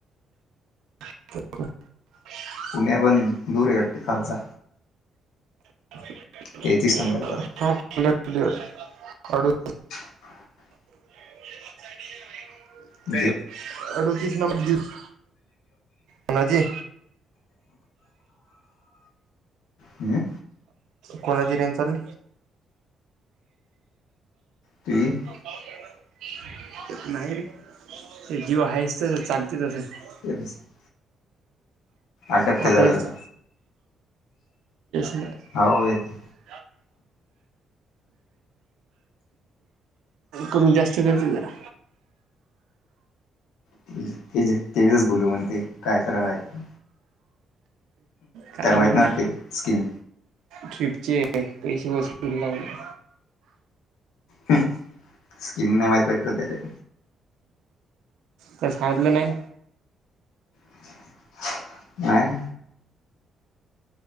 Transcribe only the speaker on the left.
पुण्यावंन दूर हाय वाटतं खालचा
तेहतीस नंबर त्याचा. <unintelligible>
<unintelligible>
<inaudible> हं.
ते --
<unintelligible> अटक
केल्याल.
अवो येत.
<unintelligible> बोलू म्हणते काय करायला ते?
माहित
नाही वाटते स्कीम
हूं. स्किम नाई माहित वाटतं त्याला.
<unintelligible> नाही.